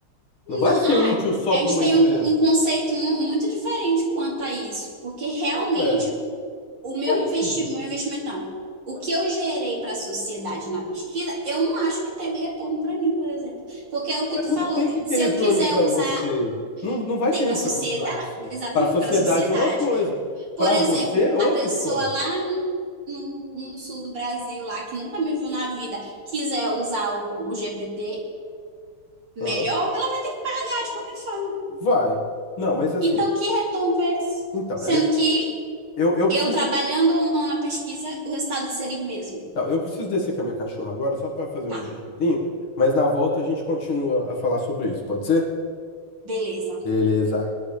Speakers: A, on the right; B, on the left.
A: Não,
B: Não vai ser
A: ah,
B: útil só
A: a
B: para
A: gente
B: uma
A: tem
B: empresa.
A: um, um conceito mu- muito diferente quanto a isso, porque realmente
B: Ué,
A: o meu
B: como
A: investimento,
B: assim?
A: meu investimento, não, o que eu gerei para a sociedade na pesquisa, eu não acho que teve retorno para mim, por exemplo. Porque é o que
B: Mas
A: tu
B: não
A: falou,
B: tem que ter
A: se
B: retorno
A: eu quiser
B: para
A: usar,
B: você. Não, não vai
A: tem
B: ter retorno
A: para a sociedade,
B: para você.
A: exatamente
B: Para a sociedade
A: para a sociedade.
B: é uma coisa,
A: Por
B: para
A: exemplo,
B: você é outra
A: a pessoa
B: história.
A: lá no, no sul do Brasil, lá que nunca me viu na vida, quiser usar o, o GPT melhor,
B: Hã?
A: ela vai ter que pagar de qualquer forma.
B: Vai. Não, mas assim,
A: Então, que retorno foi esse?
B: então,
A: Sendo
B: eu,
A: que
B: eu, eu
A: eu
B: preciso,
A: trabalhando ou não na pesquisa, o resultado seria o mesmo.
B: tá, eu preciso descer com a minha cachorra agora só para fazer
A: Tá,
B: um xixizinho, mas na volta a gente continua a falar sobre isso, pode ser?
A: beleza.
B: Beleza.